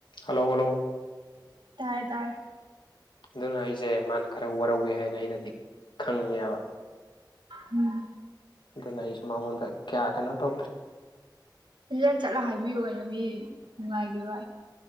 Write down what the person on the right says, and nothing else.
ꯇꯔ ꯇꯔ
ꯎꯝ
ꯁꯤ ꯆꯠꯂ ꯍꯥꯏꯕꯤꯌꯨ ꯀꯩꯅꯣ ꯃꯤ ꯅꯨꯡꯉꯥꯏꯒꯦꯚꯏ